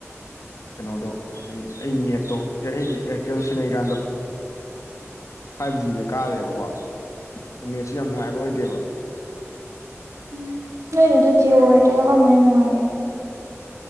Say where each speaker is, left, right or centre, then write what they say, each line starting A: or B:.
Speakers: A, on the left; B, on the right.
A: ꯀꯩꯅꯣꯗꯣ ꯑꯩ ꯑꯩ ꯅꯦꯠꯇꯣ ꯑꯩ ꯑꯦꯌꯥꯔꯇꯦꯜ ꯁꯤꯖꯤꯟꯅꯩꯀꯥꯟꯗ ꯐꯥꯏꯚ ꯖꯤꯗꯣ ꯀꯥꯔꯦꯕꯀꯣ ꯅꯦꯠꯁꯨ ꯌꯥꯝ ꯅꯨꯡꯉꯥꯏꯕ ꯑꯣꯏꯗꯦꯕ
B: ꯎ ꯅꯣꯏꯒꯤꯗꯣ ꯖꯤꯌꯣ ꯑꯥꯏꯔꯇꯦꯜ ꯀꯔꯝꯕꯅ ꯅꯨꯡꯉꯥꯏꯒꯦ